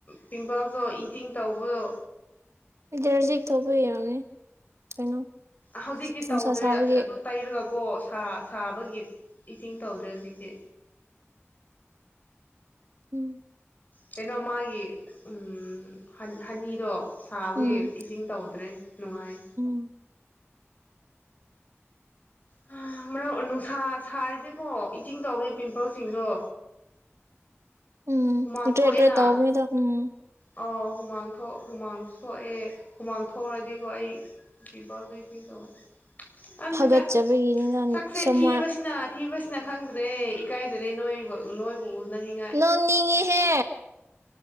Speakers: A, on the left; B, on the right.
A: ꯄꯤꯝꯄꯜꯗꯣ ꯏꯇꯤꯡ ꯇꯧꯕꯗꯣ
B: ꯗꯔꯖꯤꯛ ꯊꯣꯛꯄꯩ <inaudible> ꯀꯩꯅꯣ
A: ꯍꯧꯖꯤꯛꯇꯤ
B: ꯅꯨꯡꯁꯥ
A: ꯇꯧꯗ꯭ꯔꯦ
B: ꯁꯥꯕꯒꯤ
A: ꯑꯁꯤ ꯑꯗꯨ ꯇꯩꯔꯒ ꯀꯣ ꯁꯥ ꯁꯥꯕꯒꯤ ꯏꯁꯤꯡ ꯇꯧꯗ꯭ꯔꯦ ꯍꯧꯖꯤꯛꯇꯤ
B: ꯎꯝ
A: ꯀꯩꯅꯣ ꯃꯥꯒꯤ ꯎꯝ ꯍꯟ ꯍꯟꯅꯤꯗꯣ ꯁꯥꯕꯒꯤ
B: ꯎꯝ
A: ꯏꯖꯤꯡ ꯇꯧꯗ꯭ꯔꯦ ꯅꯨꯡꯉꯥꯏ
B: ꯎꯝ
A: ꯍꯥ ꯃꯔꯛ ꯅꯨꯡꯁꯥ ꯁꯥꯔꯤꯁꯤꯀꯣ ꯏꯇꯤꯡ ꯇꯧꯑꯦ ꯄꯤꯝꯄꯜꯁꯤꯡꯗꯣ
B: <unintelligible>
A: ꯍꯨꯃꯥꯡ ꯊꯣꯛꯑꯦꯅ ꯑꯧ ꯍꯨꯃꯥꯡ ꯊꯣꯛ ꯍꯨꯃꯥꯡ ꯊꯣꯛꯑꯦ ꯍꯨꯃꯥꯡ ꯊꯣꯛꯔꯗꯤꯀꯣ ꯑꯩ ꯄꯤꯝ ꯄꯔꯒ ꯏꯇꯤꯡ <unintelligible> <unintelligible>
B: ꯍꯥꯒꯠꯆꯕꯒꯤꯅꯤꯅ
A: ꯁꯛꯁꯦ
B: ꯁꯝꯃꯔ
A: ꯊꯤꯕꯁꯤꯅ ꯊꯤꯕꯁꯤꯅ ꯈꯪꯗ꯭ꯔꯦ ꯏꯀꯥꯏꯖꯔꯦ ꯅꯣꯏ ꯅꯣꯏꯕꯨ ꯎꯅꯅꯤꯡꯉꯥꯏ
B: ꯅꯣꯅꯤꯡꯉꯤꯍꯦ